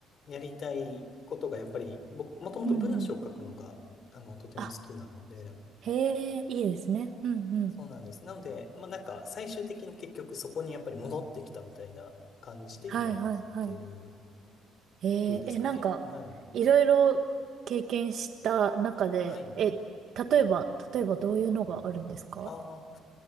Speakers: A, on the left; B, on the right.
A: やりたいことがやっぱり、ももともと文章を書くのが、
B: うんうん。
A: あの、とても好きなので、
B: あ、へえ、いいですね。うんうん。
A: そうなんです。なので、まあなんか、最終的に結局そこにやっぱり戻ってきたみたいな感じで今やってる
B: はいはいはい。えー、
A: 風ですかね。
B: え、なんか、
A: はい。
B: いろいろ経験した中で、
A: はい。
B: え、例えば、例えばどういうのがあるんですか
A: ああ、